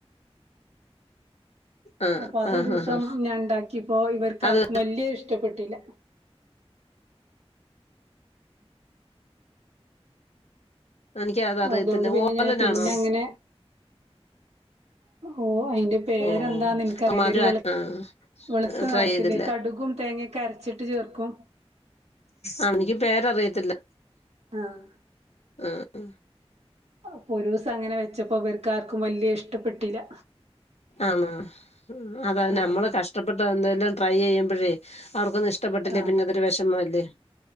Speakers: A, on the left (about 80°); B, on the right (about 80°).
A: ആഹ്
B: അപ്പൊ അതൊരു
A: ആഹ്
B: ദിവസം
A: ആഹ് ആഹ്
B: ഞാൻ ഉണ്ടാക്കിപ്പോ ഇവർക്കാർക്കും
A: അത്
B: വല്യ ഇഷ്ടപ്പെട്ടില്ല
A: എനക്ക് അത അറിയത്തില്ല
B: അതുകൊണ്ട് പിന്നെ
A: ഓലനാണോ
B: ഞാൻ പിന്നെ അങ്ങനെ ഓഹ് അതിന്റെ പേരെന്താന്ന്
A: ഓ
B: എനിക്കറിയില്ല
A: മധുര
B: ഒരു
A: ആഹ്
B: വെളുത്ത നിറത്തില്ലേ
A: ട്രൈ ചെയ്തില്ല
B: കടുകും തേങ്ങ കരച്ചിട്ട് ചേർക്കും
A: ആഹ് എനിക്ക് പേരറിയത്തില്ല
B: ആഹ്
A: ആഹ്
B: അപ്പൊ ഒരു ദിവസം അങ്ങനെ വെച്ചപ്പോ ഇവർക്ക് ആർക്കും വലിയ ഇഷ്ടപ്പെട്ടില്ല
A: ആണോ അത
B: ആഹ്
A: നമ്മള് കഷ്ടപ്പെട്ട് എന്തെലും ട്രൈ ചെയ്യുമ്പഴേ അവർക്കത് ഇഷ്ട ഇഷ്ടപ്പെട്ടില്ലേ
B: ആഹ്
A: പിന്നെ അതൊരു വിഷമമല്ലേ